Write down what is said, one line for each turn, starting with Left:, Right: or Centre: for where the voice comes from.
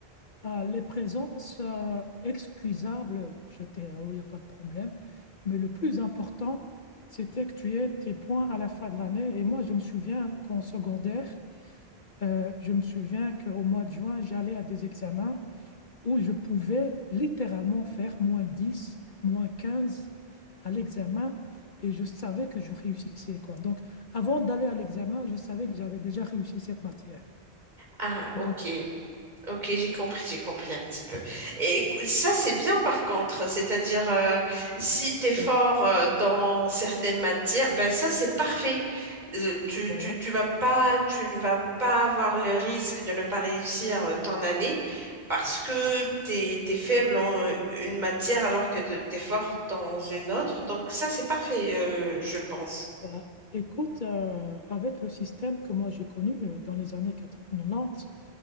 Left: Ah, les présences euh, excusables, c'était, oh, il n'y a pas de problème. Mais le plus important, c'était que tu aies tes points à la fin de l'année. Et moi, je me souviens qu'en secondaire, euh, je me souviens qu'au mois de juin, j'allais à des examens où je pouvais littéralement faire moins 10 moins 15 à l'examen. Et je savais que je réussissais, quoi. Donc, avant d'aller à l'examen, je savais que j'avais déjà réussi cette matière.
Right: Ah, ok.
Left: Je comprends.
Right: Ok, j'ai compris, j'ai compris un petit peu. Et écou- ça, c'est bien par contre. C'est-à-dire, euh, si tu es fort
Left: Oui.
Right: euh, dans certaines matières, ben ça, c'est parfait. Euh, tu,
Left: Voilà.
Right: tu, tu vas pas, tu ne vas pas avoir le risque de ne pas réussir euh, ton année parce que tu es, faible en euh, une matière alors que tu es fort dans une autre. Donc ça, c'est parfait, euh, je pense.
Left: Ben, écoute, euh, avec le système que moi j'ai connu euh, dans les années quatre-vingt-dix,